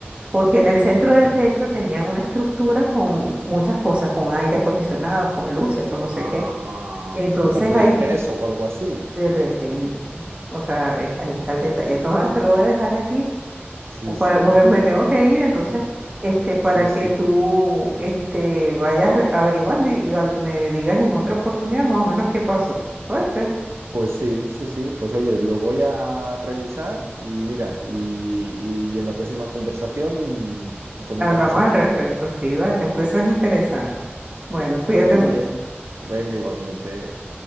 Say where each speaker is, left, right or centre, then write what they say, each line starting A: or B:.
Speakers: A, on the right; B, on the right.
A: Porque
B: sí,
A: en
B: sí.
A: el centro del techo tenían una estructura con muchas cosas, con aire acondicionado, con luces, con no
B: Ah,
A: sé qué. Entonces
B: pues quizá fue
A: ahí,
B: del peso o algo así.
A: de repente, o sea, eh,
B: Bueno,
A: ahí está el detalle. Entonces te lo voy a dejar allí
B: sí,
A: o para-
B: sí,
A: porque me
B: ya,
A: tengo que ir, entonces, este, para
B: sí,
A: que
B: sí.
A: tú, este, vayas re- averiguando y, y hab- me digas en otra oportunidad más o menos qué pasó, ¿oíste?
B: Pues sí, sí, sí. Pues oye, lo voy a revisar y mira, y, y en la próxima conversación comentamos
A: Hablamos
B: el
A: al
B: tema.
A: respecto, sí, vale, porque eso es interesante. Bueno, cuídate
B: Muy
A: mucho.
B: bien. Venga, igualmente.